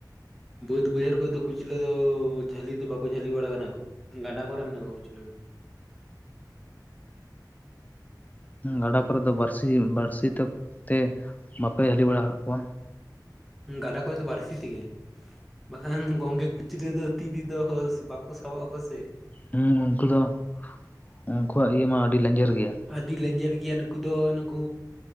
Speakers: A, in the centre; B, on the left.
A: ᱵᱟᱹᱫᱽ ᱵᱟᱹᱭᱦᱟᱹᱲ ᱠᱚ ᱨᱮ ᱫᱚ ᱠᱩᱪᱞᱟᱹ ᱫᱚ ᱡᱷᱟᱹᱞᱤ ᱫᱚ ᱵᱟᱠᱚ ᱡᱷᱟᱹᱞᱤ ᱵᱟᱲᱟ ᱠᱟᱱᱟ ᱠᱚ ᱜᱟᱰᱟ ᱠᱚᱨᱮ ᱢᱮᱱᱟᱜ ᱠᱚᱣᱟ ᱠᱩᱪᱞᱟᱹ ᱫᱚ
B: ᱜᱟᱰᱟ ᱠᱚᱨᱮ ᱫᱚ ᱵᱟᱹᱲᱥᱤ ᱵᱟᱹᱲᱥᱤ ᱛᱮ ᱵᱟᱯᱮ ᱡᱷᱟᱹᱞᱤ ᱵᱟᱲᱟ ᱟᱠᱟᱫ ᱠᱚᱣᱟ?
A: ᱜᱟᱰᱟ ᱠᱚᱨᱮ ᱫᱚ ᱵᱟᱹᱲᱥᱤ ᱛᱮᱜᱮ ᱵᱟᱠᱷᱟᱱ ᱜᱚᱝᱠᱮ ᱠᱩᱸᱪ ᱠᱩᱪᱞᱟᱹ ᱫᱚ ᱛᱤ ᱛᱮᱫᱚ ᱵᱟᱠᱚ ᱥᱟᱵᱚ ᱟᱠᱚ ᱥᱮ
B: ᱦᱩᱸ ᱩᱱᱠᱩ ᱫᱚ ᱩᱱᱠᱩᱣᱟᱜ ᱤᱭᱟᱹ ᱢᱟ ᱟᱹᱰᱤ ᱞᱮᱧᱡᱮᱨ ᱜᱮᱭᱟ
A: ᱟᱹᱰᱤ ᱞᱮᱧᱡᱮᱨ ᱜᱮᱭᱟ ᱱᱩᱠᱩ ᱫᱚ ᱱᱩᱠᱩ